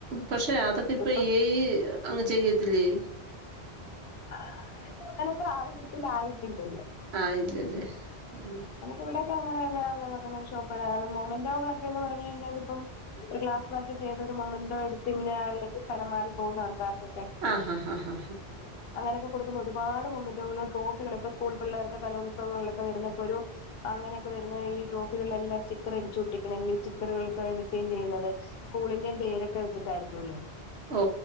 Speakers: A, on the right; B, on the left.
A: പക്ഷെ അതൊക്കെ ഇപ്പ
B: ഇപ്പം
A: ഏ ഐ അങ്ങ് ചെയ്യത്തില്ലേ?
B: <unintelligible> ആയിട്ടില്ലല്ലോ?
A: ആയില്ലല്ലേ ആഹ്
B: ഇവടെക്കെ അങ്ങനെല്ല <unintelligible> മൊമന്റോകളൊക്കെന്ന് പർഞ്ഞ കഴിഞ്ഞാൽ ഇപ്പം ഒരു ക്ലാസ് വർക്ക് ചെയ്ത ഒരു മൊമെന്റോ എടുത്തിന്ന ആളിലേക്ക് സ്ഥലം മാറി പോകുന്ന ആൾക്കാർക്കൊക്കെ
A: ആഹ് ഹാ ഹാ
B: അങ്ങനൊക്കെ കൊടുക്കുന്ന ഒരുപാട് മൊമന്റുകളും ട്രോഫികളും ഇപ്പോ സ്കൂൾ പിള്ളേർക്ക് കലോത്സവങ്ങളിലൊക്കെ വരുന്ന പ്പൊ ഒരു അങ്ങനെക്കെ വരുന്ന ഈ ട്രോഫികളിലെല്ലാം സ്റ്റിക്കറ് അടിച്ച് ഒട്ടിക്കണെങ്കില് ഈ സ്റ്റിക്കറ്കൾക് ഡിസൈൻ ചെയ്യുന്നത് സ്കൂളിന്റെ പേരൊക്കെ വെച്ചിട്ടായിരിക്കുല്ലോ
A: ഓ